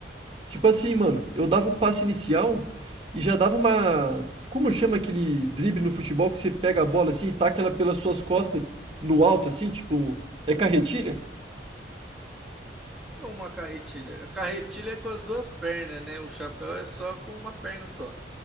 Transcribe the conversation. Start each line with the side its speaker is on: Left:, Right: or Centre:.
Right: Tipo assim, mano, eu dava o passe inicial e já dava uma. Como chama aquele drible no futebol que você pega a bola assim e taca ela pelas suas costas no alto, assim? Tipo. É carretilha?
Centre: é uma carretilha. A carretilha é com as duas pernas, né? O chapéu é só com uma perna só.